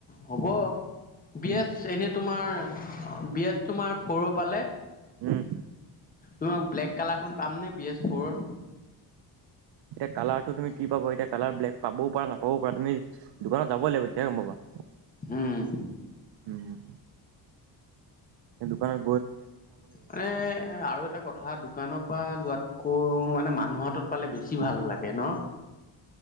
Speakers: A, on the left; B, on the right.
A: হ'ব। বি
B: উম
A: এছ এনে তোমাৰ বিজ তোমাৰ ফৰ পালে
B: উম।
A: তোমাক ব্লেক কালাৰখন পাম নে বি এছ ফৰৰ
B: এতিয়া কালাৰ টো তুমি কি পাব এতিয়া কালাৰ ব্লেক পাবও পৰা নাপ বও পাৰা তুমি দোকানত যাবই লাগিব তেতিয়াই গম পাবা
A: উম
B: উম দোকানৰ
A: মানে আৰু এটা কথা দোকানৰ পৰা লোৱাতকৈ মানে মানুহত পালে বেছি ভাল লাগে ন।